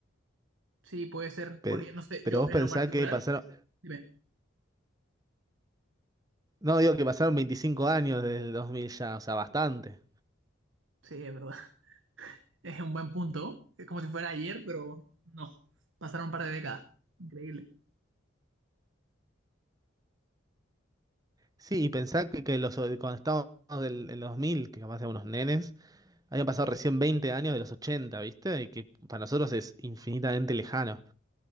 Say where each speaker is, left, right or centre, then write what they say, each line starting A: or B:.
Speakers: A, on the right (about 70°); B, on the right (about 20°).
A: Sí, puede ser,
B: pe-
A: porque no sé,
B: pero,
A: yo
B: vos
A: en
B: pensás
A: lo particular,
B: que pasaron...
A: dime,
B: No, digo que pasaron 25 años desde el 2000 ya, o sea, bastante.
A: sí, es verdad, <laughs> es un buen punto, es como si fuera ayer, pero no, pasaron un par de décadas, increíble.
B: Sí, y pensar que, que los, cuando estábamos del, en los 2000, que capaz éramos unos nenes, habían pasado recién 20 años de los 80, ¿viste? Y que para nosotros es infinitamente lejano.